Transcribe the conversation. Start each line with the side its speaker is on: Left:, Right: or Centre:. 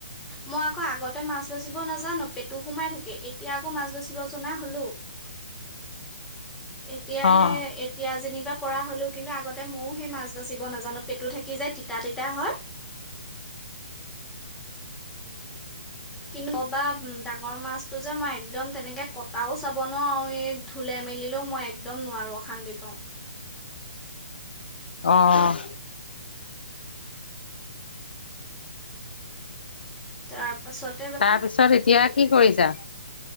Centre: মই আকৌ আগতে মাছ বচিব নাজানো, পেটু সোমাই থাকে। এতিয়া আকৌ মাছ বাচিব জনা হলো এতিয়াহে
Left: অ',
Centre: এইত - এতিয়া যেনিবা পৰা হ'লেও কিন্তু আগতে ময়ো সেই মাছ বাচিব নাজানো পেটু থাকি যায় তিতা তিতা হয়।
Left: <inaudible>
Centre: কি কবা ডাঙৰ মাছটো যে মই একদম তেনেকে কটাও চাব নোৱাৰোঁ আও এই ধুলে মেলিলেও মই একদম নোৱাৰো, অশান্তি পাওঁ।
Left: অ',
Centre: তাৰ পাছত
Left: তাৰ পিছত এতিয়া কি কৰিছা?